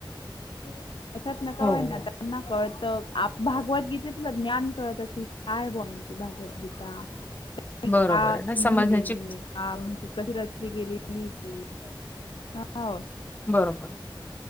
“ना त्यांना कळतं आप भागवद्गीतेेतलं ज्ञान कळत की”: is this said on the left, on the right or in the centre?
Left